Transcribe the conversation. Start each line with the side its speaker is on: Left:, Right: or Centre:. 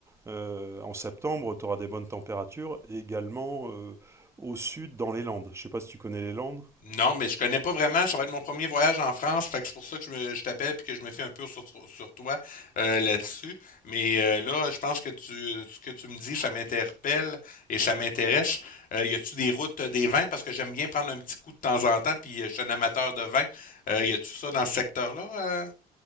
Right: Euh, en septembre, tu auras des bonnes températures. et également euh, au sud, dans les Landes. Je sais pas si tu connais les Landes.
Left: non, mais je connais pas vraiment, ça va être mon premier voyage en France, fait que c'est pour ça que je, me, je t'appelle puis que je me fais un peu sur, sur sur toi euh, là-dessus. Mais euh, là, je pense que tu, ce que tu me dis, ça m'interpelle et ça m'intéresse. Euh, y a-tu des routes euh, des vins? Parce que j'aime bien prendre un petit coup de temps en temps, puis euh, je suis un amateur de vin. Euh, y a-tu ça dans ce secteur-là? euh?